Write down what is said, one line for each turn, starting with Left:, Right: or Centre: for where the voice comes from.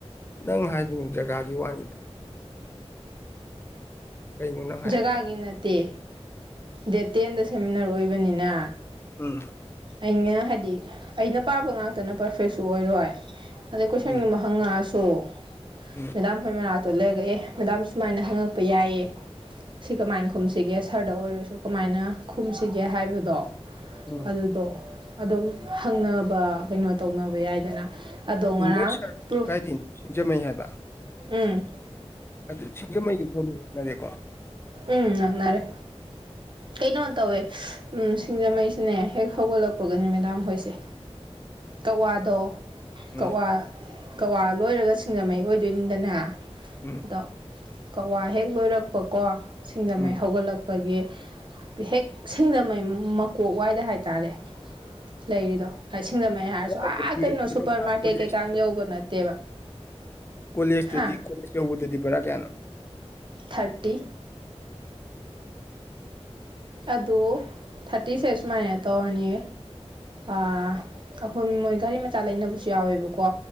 Left: ꯅꯪ ꯍꯥꯏꯈꯤꯕ ꯖꯒꯥꯒꯤ ꯋꯥꯅꯤꯗꯅ ꯀꯩꯅꯣ ꯅꯪ ꯍꯥꯏꯔꯤꯁꯦ
Right: ꯖꯒꯥꯒꯤ ꯅꯠꯇꯦ ꯗꯦꯠ ꯇꯦꯟꯗ ꯁꯦꯃꯤꯅꯥꯔ ꯑꯣꯏꯕꯅꯤꯅ
Left: ꯎꯝ <unintelligible> <inaudible>
Right: ꯑꯩꯅ ꯍꯥꯏꯗꯤ ꯑꯩꯅ ꯄꯥꯝꯕꯥ ꯉꯥꯛꯇꯅ ꯄꯔꯐꯦꯛꯁꯨ ꯑꯣꯏꯔꯣꯏ ꯑꯗꯩ ꯀꯣꯏꯁꯟꯒꯨꯝꯕ
Left: ꯎꯝ
Right: ꯍꯪꯉꯛꯑꯁꯨ ꯁꯣ
Left: ꯎꯝ
Right: ꯃꯦꯗꯥꯝ ꯍꯣꯏ ꯃꯅꯥꯛꯇ ꯂꯩꯔꯒꯥ ꯃꯦꯗꯥꯝ ꯁꯨꯃꯥꯏꯅ ꯍꯪꯉꯛꯄ ꯌꯥꯏꯌꯦ ꯁꯤ ꯀꯃꯥꯏꯅ ꯈꯨꯝꯁꯤꯒꯦ ꯁꯔꯗ ꯑꯣꯏꯔꯁꯨ ꯀꯃꯥꯏꯅ ꯈꯨꯝꯁꯤꯒꯦ ꯍꯥꯏꯕꯗꯣ
Left: ꯎ <unintelligible>
Right: ꯑꯗꯨꯗꯣ
Left: <inaudible>
Right: ꯑꯗꯨꯝ ꯍꯪꯅꯕ ꯀꯩꯅꯣ ꯇꯧꯅꯕ ꯌꯥꯏꯗꯅ ꯑꯗꯣ ꯉꯔꯥꯡ
Left: ꯅꯣꯏ ꯁꯥꯔꯗꯨ
Right: ꯄ꯭ꯔꯨꯐ
Left: ꯀꯥꯏꯗꯩꯅꯣ ꯁꯤꯡꯖꯃꯩ ꯍꯥꯏꯕ
Right: ꯎꯝ
Left: ꯑꯗꯨ ꯁꯤꯡꯖꯃꯩꯒꯁꯨ ꯑꯃꯨꯛ ꯅꯛꯅꯔꯦꯀꯣ
Right: ꯎꯝ ꯅꯛꯅꯔꯦ ꯀꯩꯅꯣ ꯇꯧꯋꯦ ꯎ ꯁꯤꯡꯖꯃꯩꯁꯨꯅꯦ ꯍꯦꯛ ꯍꯧꯒꯠꯂꯛꯄꯒꯅꯦ ꯃꯦꯗꯥꯝ ꯍꯣꯏꯁꯦ ꯀꯛꯋꯥꯗꯣ
Left: ꯎꯝ
Right: ꯀꯛꯋꯥ ꯀꯋꯥ ꯂꯣꯏꯔꯒ ꯁꯤꯡꯖꯃꯩ ꯑꯣꯏꯗꯣꯏꯅꯤꯗꯅ
Left: ꯎꯝ
Right: ꯑꯗꯣ ꯀꯛꯋꯥ ꯍꯦꯛ ꯂꯣꯏꯔꯛꯄꯀꯣ ꯁꯤꯡꯖꯃꯩ
Left: ꯎꯝ
Right: ꯍꯧꯒꯠꯂꯛ ꯑꯩꯒꯤ ꯍꯦꯛ ꯁꯤꯡꯖꯥꯃꯩ ꯃꯀꯣꯛ ꯋꯥꯏꯗ ꯍꯥꯏꯇꯥꯔꯦ ꯂꯩꯔꯤꯗꯣ ꯍꯥꯏ ꯁꯤꯡꯖꯃꯩ ꯍꯥꯏꯔꯁꯨ
Left: ꯅꯪ ꯑꯗꯒꯤ
Right: ꯑꯥ ꯀꯩꯅꯣ ꯁꯨꯄꯔ
Left: ꯅꯪ ꯑꯥ
Right: ꯃꯥꯔꯀꯦꯠ
Left: ꯀꯣꯂꯦꯖ
Right: ꯀꯩꯀꯥ ꯌꯧꯕ ꯅꯠꯇꯦꯕ
Left: ꯀꯣꯂꯦꯖꯇꯗꯤ
Right: ꯍꯥ
Left: ꯀꯣꯂꯦꯖ ꯌꯧꯕꯗꯗꯤ ꯕꯔꯥ ꯀꯌꯥꯅꯣ
Right: ꯊꯥꯔꯇꯤ ꯑꯗꯨ ꯊꯥꯔꯇꯤꯁꯦ ꯁꯨꯃꯥꯏꯅ ꯇꯧꯔꯅꯤ ꯑꯩꯈꯣꯏ ꯃꯣꯏ ꯒꯥꯔꯤ ꯃꯆꯥ ꯂꯩꯅꯕꯁꯨ ꯌꯥꯎꯋꯦꯕꯀꯣ